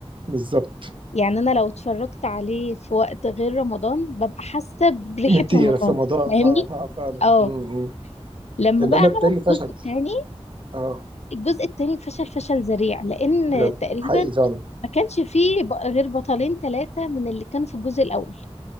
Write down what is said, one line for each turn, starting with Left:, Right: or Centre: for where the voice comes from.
Right: بالظبط
Left: يعني انا لو اتفرجت عليه في وقت غير رمضان ببقى حاسة بريحة
Right: ان انت في
Left: رمضان
Right: رمضان اه
Left: فاهمني
Right: اه فعلا
Left: اه
Right: امم
Left: لما
Right: انما
Left: بقى عمل
Right: التاني فشل
Left: الجزء الثاني
Right: اه
Left: الجزء الثاني فشل فشل ذريع لان
Right: بجد
Left: تقريبا
Right: حقيقي فعلا
Left: ما كانش فيه ب- غير بطلين ثلاثة من اللي كانوا في الجزء الاول